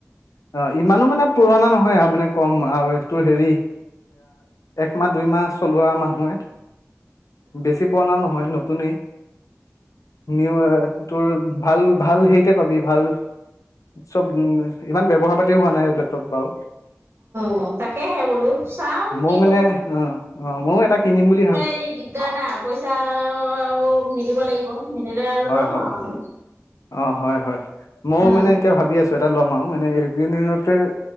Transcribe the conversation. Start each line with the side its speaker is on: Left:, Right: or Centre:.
Left: অ ইমানো মানে পুৰণা নহয় আৰু মানে কম আৰু তোৰ হেৰি একমাহ দুই মাহ চলোৱা মানুহে বেছি পুৰণাও নহয় নতুনে নিউ তোৰ ভাল ভাল হেইতে পাবি ভাল চব ইমান ব্যৱহাৰ পাতিও হোৱা নাই লেপটপ বাৰু
Right: অ তাকেহে বোলো চাও কি
Left: ময়ো মানে
Right: কৰো।
Left: অ অ ময়ো এটা কিনিম বুলি ভাবি
Right: এতিয়া পইচাও আৰু মিলিব লাগিব মিলিলে আৰু
Left: হয়
Right: ল'ম
Left: হয়
Right: আৰু।
Left: অ হয় হয় ময়ও
Right: অ।
Left: মানে এতিয়া ভাবি আছো এটা ল'ম আৰু মানে দু দিনতে